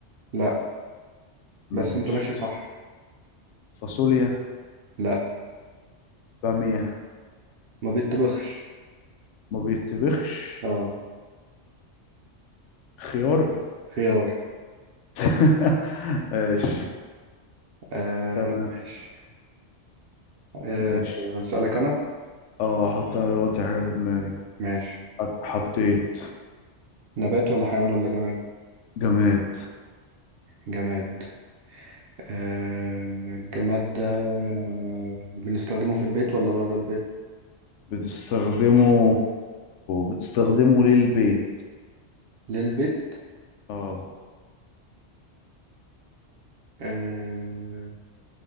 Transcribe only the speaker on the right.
لا
بس انت ماشي صح
لا
ما بيتطبخش
اه
خيار
آه
ماشي آه
اسألك انا
ماشي
نبات ولا حيوان ولا جماد
جماد آه الجماد ده آه، بنستخدمه في البيت ولا بره البيت
للبيت
آه